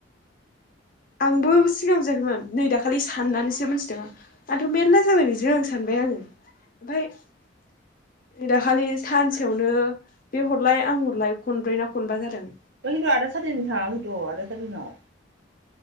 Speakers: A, on the left; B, on the right.
A: आंबो सिगां बुजियाखैमोन नै दाखालि साननानैसो मोनथिदों आं आंथ' मेरला जाबाय बेजों सानबाय । आङो ओमफाय दाखालि सानसेयावनो बे हरलाय आं हरलाय खनब्रै ना खनबा जादों ।
B: <unintelligible> खथु आदा सादिनि थांयाखैथ' आदा सादिननाव।